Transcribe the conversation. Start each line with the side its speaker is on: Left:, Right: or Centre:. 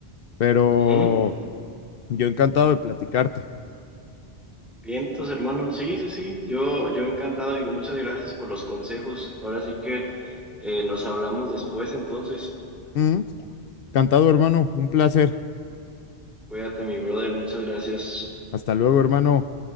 Left: pero
Centre: ujú.
Left: yo encantado de platicarte.
Centre: Bien, entonces, hermano, sí, sí, sí, yo, yo encantado, digo, muchas gracias por los consejos. Ahora sí que eh, nos hablamos después, entonces,
Left: Mm, Encantado, hermano. Un placer.
Centre: cuídate, mi brother, muchas gracias.
Left: Hasta luego, hermano.